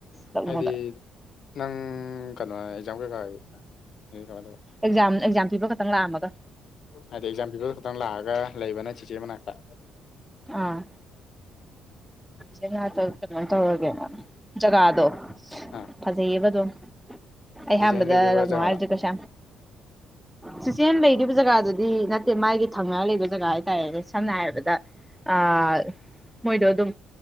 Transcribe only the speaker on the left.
ꯍꯥꯏꯗꯤ ꯅꯪ ꯀꯩꯅꯣ ꯑꯦꯛꯖꯥꯝ ꯀꯩꯀꯥ ꯀꯃꯥꯏꯅ ꯇꯧꯕ
ꯍꯥꯏꯗꯤ ꯑꯦꯛꯖꯥꯝ ꯄꯤꯕ ꯈꯛꯇꯪ ꯂꯥꯛꯑꯒ ꯂꯩꯕꯅ ꯆꯤꯆꯦ ꯃꯅꯥꯛꯇ
<unintelligible>
ꯑꯥ
ꯆꯤꯆꯦꯅ ꯂꯩꯗꯣꯏꯕ
ꯖꯒꯥꯗ